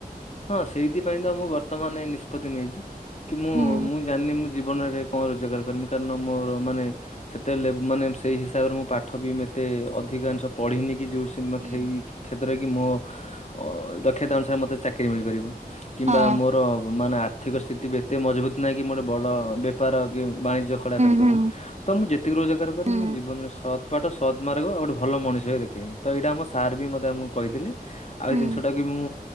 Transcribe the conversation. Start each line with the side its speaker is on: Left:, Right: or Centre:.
Left: ହଁ ସେଇଥିପାଇଁ ତ ମୁଁ ବର୍ତ୍ତମାନ ନିଷ୍ପତି ନେଇଚି କି ମୁଁ
Right: ହୁଁ।
Left: ମୁଁ ଜାଣିନି ମୁଁ ଜୀବନରେ କଣ ରୋଜଗାର କରିବି କାରଣ ମୋର ମାନେ। ସେତେ ଲେବ୍ ମାନେ ସେଇ ହିସାବରେ ମୁଁ ପାଠ ବି ଏତେ ଅଧିକାଂଶ ପଢିନି କି ଯୋଉ ସିମକ୍ଷେଇ
Right: ହୁଁ।
Left: କ୍ଷେତରେ କି ମୋ ଅ ଦକ୍ଷତା ଅନୁସାରେ ମତେ ଚାକ୍ କିରି ମିଳିପାରିବ କିମ୍ବା
Right: ହଁ
Left: ମୋର ମାନେ ଆର୍ଥିକ ସ୍ଥିତି ବି ଏତେ ମଜବୁତ ନାହିଁ କି ମର ବଡ଼ ବେପ୍ ପାର କି ବାଣିଜ୍ୟ ଖଡା କରିପାରିବି
Right: ହୁଁ ହୁଁ
Left: ତ ମୁଁ ଯେତିକି ରୋଜଗାର କରେ
Right: ହୁଁ
Left: ମୁଁ ଜୀବନରେ ସତ୍ ବାଟ ସତମାର୍ଗ ଆଉ ଗୋଟେ ଭଲ ମଣିଷ ହେଇକି ଦେଖେଇବି ତ ଏଇଟା ଆମ ସାର୍ ବି ମତେ ଆମକୁ କହିଥିଲେ। ଆଉ
Right: ହୁଁ।
Left: ଏଇ ଜିନିଷଟା କି ମୁଁ